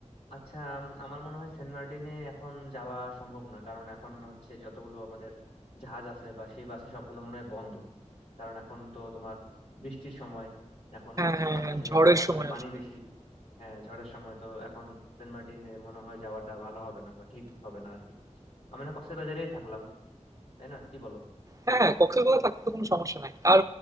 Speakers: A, on the left; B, on the right.
A: আচ্ছা উম, আমার মনে হয় সেন্ট মার্টিনে এখন যাওয়া সম্ভব না কারণ এখন হচ্ছে যতগুলো আমাদের জাহাজ আছে বা সেই বাসে সবগুলো মনে হয় বন্ধ কারণ এখন তো তোমার বৃষ্টির সময় এখন
B: হ্যাঁ, হ্যাঁ,
A: সা-
B: হ্যাঁ,
A: সে,
B: ঝড়ের
A: আহ, সাগরে
B: সময়
A: পানি
B: আসলে।
A: বেশি হ্যাঁ ঝড়ের সময় তো এখন সেন্ট মার্টিনে মনে হয় যাওয়াটা ভালো হবে না বা ঠিক হবে না আর কি আমরা কক্সবাজারেই থাকলাম তাই না কি বলো
B: হ্যাঁ, হ্যাঁ, কক্সবাজারে থাকতে তো কোনো সমস্যা নাই। আর